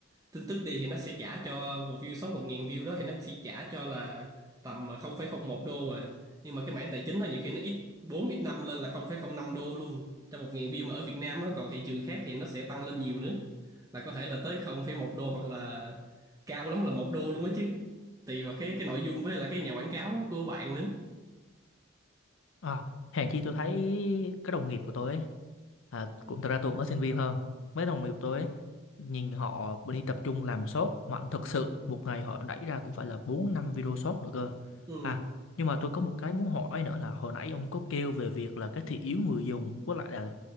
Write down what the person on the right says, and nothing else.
tin tức đi thì nó sẽ trả cho một view số 1.000 view đó thì nó sẽ trả cho là tầm 0,01 đô à nhưng mà cái mảng tài chính đó nhiều khi nó ít 4 ít 5 lên là 0,05 đô luôn cho 1.000 view mà ở Việt Nam á còn thị trường khác thì nó sẽ tăng lên nhiều nữa là có thể là tới 0,1 đô hoặc là cao lắm là một đô luôn á chứ tùy vào cái cái nội dung với là cái nhà quảng cáo của bạn nữa
ừ,